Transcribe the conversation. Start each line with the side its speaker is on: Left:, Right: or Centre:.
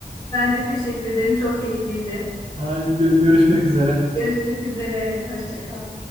Left: Ben de teşekkür ederim. Çok keyifliydi.
Right: Haydi gö- görüşmek üzere.
Left: Görüşmek üzere. Hoşça kal.